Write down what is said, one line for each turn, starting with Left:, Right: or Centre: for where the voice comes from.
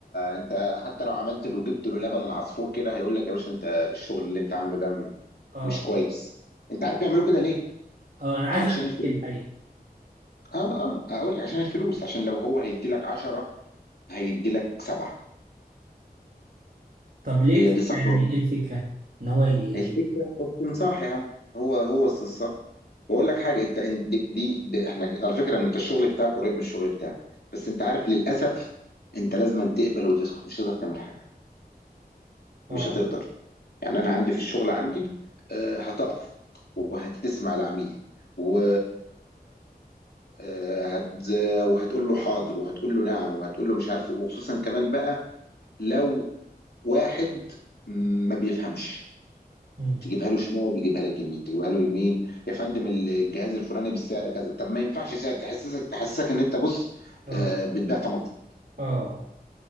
Left: انت حتى لو عملت له جبت له لبن العصفور كده هيقول لك يا باشا انت الشغل اللي انت عامله ده م-
Right: اه
Left: مش كويس انت عارف بيعملوا كده ليه
Right: اه انا عايز
Left: علشان
Right: اعمل
Left: الفلوس
Right: ايه الحقيقه
Left: اه اه اقول لك عشان الفلوس عشان لو هو هيدي لك 10 هيدي لك سبعة
Right: طب ليه
Left: هي
Right: الفكره
Left: دي ثقافة
Right: يعني ايه الفكره ان هو ايه
Left: الفكرة استنصاح يا عم هو هو استنصاح واقول لك حاجة انت إن- دي, دي, دي احنا ك- على فكرة انت الشغل بتاعك قريب من الشغل بتاعك بس انت عارف للأسف انت لازم أن تقبل وتسكت مش هتقدر تعمل حاجة
Right: اه
Left: مش هتقدر يعني انا عندي في الشغل عندي آه، هتقف وهتسمع العميل و آه، هت... وهتقول له حاضر وهتقول له نعم وهتقول له مش عارف إيه. وخصوصا كمان بقى لو واحد ما بيفهمش
Right: مم.
Left: تجيبها له شمال يجيبها لك يمين تجيبها له يمين يا فندم الجهاز الفلاني بالسعر كذا طب ما ينفعش سعر تحسسك تحسسك ان انت بص
Right: اه
Left: آه، بتبيع طماطم
Right: اه